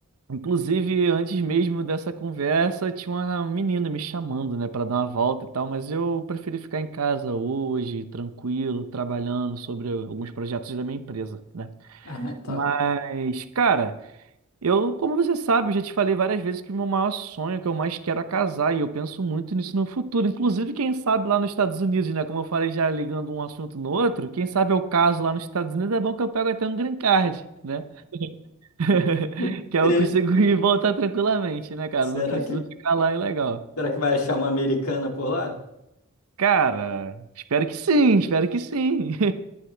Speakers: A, on the right (about 80°); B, on the left (about 90°).
A: inclusive antes mesmo dessa conversa, tinha uma menina me chamando, né, pra dar uma volta e tal, mas eu preferi ficar em casa hoje, tranquilo, trabalhando sobre alguns projetos da minha empresa, né?
B: Ah, tá.
A: Mas, cara, eu, como você sabe, eu já te falei várias vezes que o meu maior sonho, que eu mais quero é casar, e eu penso muito nisso no futuro. Inclusive, quem sabe lá nos Estados Unidos, né? Como eu falei já ligando um assunto no outro, quem sabe eu caso lá nos Estados Unidos, é bom que eu pego até um green card, né? <laughs>
B: <laughs>
A: Que aí
B: E
A: eu consigo <laughs> ir e voltar tranquilamente, né, cara?
B: será
A: Eu Não preciso
B: que,
A: ficar lá, é legal.
B: será que vai achar uma americana por lá?
A: Cara, espero que sim, espero que sim. <laughs>